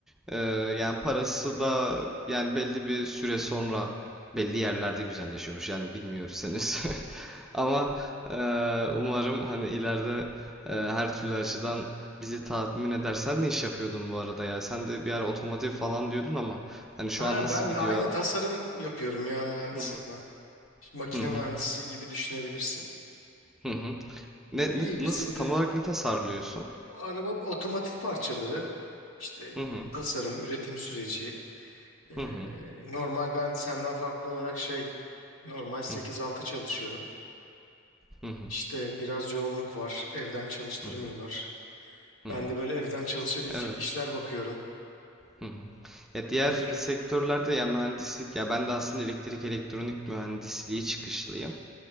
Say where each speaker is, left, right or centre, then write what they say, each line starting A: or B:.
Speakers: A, in the centre; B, on the left.
A: Ee, yani parası da yani belli bir süre sonra belli yerlerde güzelleşiyormuş. Yani bilmiyoruz henüz. <laughs> Ama e, umarım hani ileride e, her türlü açıdan bizi tatmin eder. Sen ne iş yapıyordun bu arada ya? Sen de bir ara otomotiv falan diyordun ama hani şu
B: Ha
A: an nasıl
B: ben
A: gidiyor?
B: aynı tasarım yapıyorum ya mühendisim
A: Hı hı.
B: ben. Makine
A: Hı hı.
B: mühendisi gibi düşünebilirsin.
A: Hı hı. Ne,
B: İyi
A: ne
B: bizim
A: nasıl tam
B: de
A: olarak ne tasarlıyorsun?
B: O araba otomotiv parçaları işte
A: Hı hı.
B: tasarım, üretim süreci. eee,
A: Hı hı.
B: normal ben senden farklı olarak şey normal sekiz
A: Hı hı.
B: altı çalışıyorum.
A: Hı hı.
B: İşte biraz yoğunluk var. Evden çalıştırmıyorlar.
A: Hı hı. Hı
B: Ben
A: hı.
B: de böyle evden çalışabilecek
A: Evet.
B: işler bakıyorum.
A: Hı hı. Ya diğer
B: Bilmiyorum.
A: sektörlerde ya mühendislik ya ben de aslında elektrik elektronik mühendisliği çıkışlıyım.